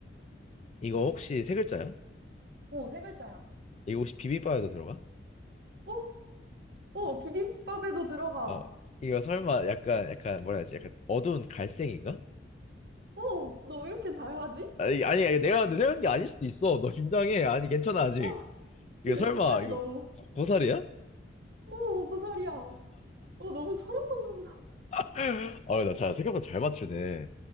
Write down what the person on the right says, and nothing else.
어, 세 글자야.
어, 어, 비빔밥에도 들어가.
어, 너 왜 이렇게 잘하지?
어, 지금
심장이
너무
오, 고사리야. 어, 너무 소름 돋는다.